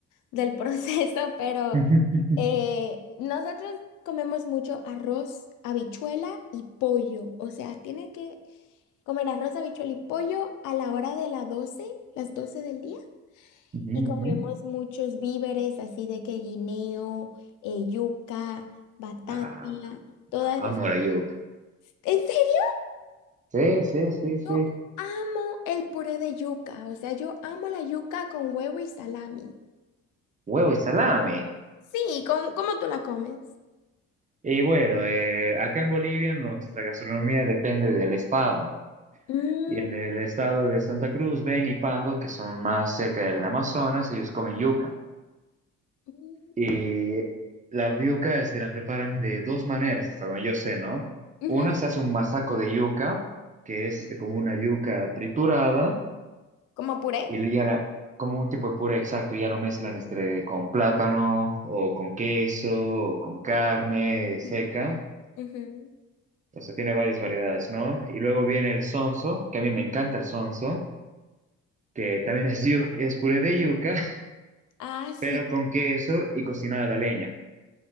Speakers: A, on the left; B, on the right.
A: del proceso, <laughs> pero
B: <laughs> Ujú,
A: eh, nosotros comemos mucho arroz, habichuela y pollo, o sea, tiene que comer arroz, habichuela y pollo a la hora de las doce, las 12 del día.
B: ujú.
A: Y comemos muchos víveres, así de que guineo, eh, yuca, batata,
B: Ah,
A: todas
B: amo
A: esas.
B: la yuca.
A: En serio,
B: Sí, sí, sí,
A: yo
B: sí.
A: amo el puré de yuca. O sea, yo amo la yuca con huevo y salami.
B: Huevo y salami.
A: Sí, ¿cómo, cómo tú la comes?
B: Y bueno, eh, acá en Bolivia nuestra gastronomía depende del estado.
A: Mm,
B: Y en el estado de Santa Cruz, Beni y Pando, que son más cerca del Amazonas, ellos comen yuca.
A: mm,
B: Y la yuca se la preparan de dos maneras, hasta donde yo sé, ¿no?
A: ujú,
B: Una se hace un masaco de yuca, que es este, como una yuca triturada.
A: ¿Como puré?
B: Y le- ya la, como un tipo de puré exacto, ya lo mezclan este, con plátano o con queso o con carne
A: Ok,
B: seca.
A: ujú, ujú.
B: O sea, tiene varias variedades, ¿no? Y luego viene el sonso, que a mí me encanta el sonso, que también es, yu- es puré de yuca, <laughs>
A: Ah, sí.
B: pero con queso y cocinada a la leña.